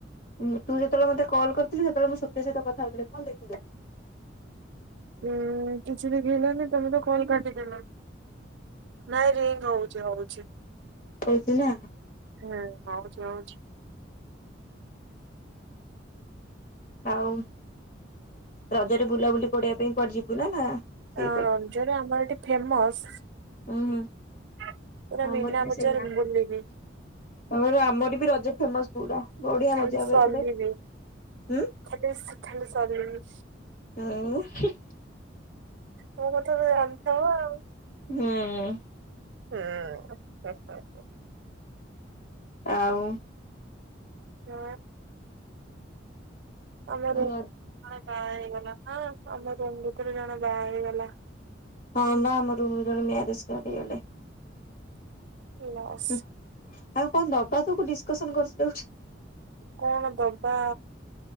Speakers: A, on the left; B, on the right.
A: ତୁ ଯେତେବେଳେ ମତେ କଲ୍ କରିଥିଲୁ ସେତେବେଳେ ମୁଁ ସୋଫି ସହିତ କଥା ହଉଥିଲି କଣ ଦେଖେଇଲା?
B: ଉଁ କିଛି ଦେଖେଇଲାନି ତମେ ତ କଲ୍ କାଟି ଦେଲ। ନାଇଁ ରିଂ ହଉଛି ହଉଛି
A: କହୁଛି ନା
B: ହୁଁ ହଉଛି ହଉଛି।
A: ଆଉ ରଜରେ ବୁଲାବୁଲି କଡିବା ପାଇଁ କୁଆଡେ ଯିବୁ ନା ନା? ସେଇ
B: ଆ ରଜରେ ଆମର ଏଠି ଫେମସ।
A: ଉଁ ହୁଁ।
B: ହଁ ପୁରା
A: ଆମର
B: ମିନା
A: ବି
B: ବଜାର
A: ସେଇଆ।
B: ବୁଲିବି।
A: ଆମର ଆମର ବି ରଜ ଫେମସ ପୁରା ବଢିଆ
B: ଖାଲି
A: ମଜା
B: ସଲିବି
A: ହୁଏ ଏପଟେ ହୁଁ
B: ଖାଲି ସ ଖାଲି ସଲିବି।
A: ଉଁ ହୁଁ।
B: ମୋ କଥାତ ଜାଣିଥବ ଆଉ।
A: ହୁଁ।
B: ହୁଁ ଉଁ ହୁଁ ହୁଁ।
A: ଆଉ।
B: ହୁଁ ଆମର।
A: ହୁଁ।
B: ଜଣେ ବାହା ହେଇଗଲା ହଁ ଆମ ରୁମ୍ ଭିତରୁ ଜଣେ ବାହା ହେଇଗଲା।
A: ହଁ ବା ଆମ ରୁମ୍ ରୁ ଜଣେ ମ୍ୟାରେଜ କରିଗଲେ।
B: ଲସ୍
A: ହୁଁ ଆଉ କଣ ଦବା ତାକୁ ଡିସ୍‌କସନ୍‌ କରୁଚୁ କଉଠୁ।
B: କଣ ଦବା